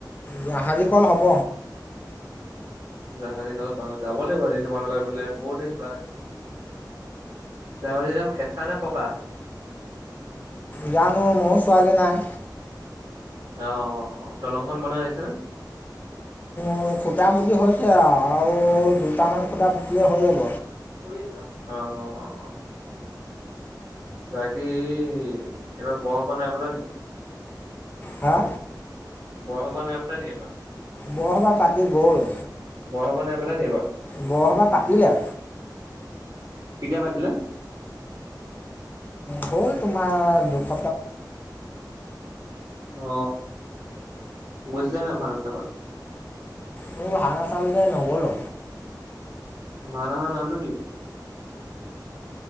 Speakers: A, on the left; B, on the right.
A: জাহাজী কল হ'ব।
B: জাহাজি কল পাম, যাব লাগিব এদিন তোমালোকৰ সেফালে বহুত দিন যোৱা নাই। জাউৰিডাল কেঁচা নে পকা?
A: জানো মইয়ো চোৱা গে নাই।
B: অ', দলংখন বনাই হৈছে নে?
A: উম, খুটা পুতি হৈছে আও, আৰু দুটামান খুটা পুতিলেই হৈ যাব।
B: কৰি আছা, অ', অ', অ'। বাকী এইবাৰ বৰসবাহ নাই পতা নেকি?
A: হা?
B: বৰসবাহ নাই পতা নেকি এইবাৰ?
A: বৰসভা পাতি গ'ল।
B: বৰসভা নাই পাতা নেকি এইবাৰ?
A: বৰসভা পাতিলে।
B: কেতিয়া পাতিলে?
A: হ'ল তোমাৰ দুস
B: অ, গৈছিলা নাই ভাওনা চাবলে?
A: মই ভাওনা চাবলে নগলো।
B: ভাওনা খনৰ নামটো কি?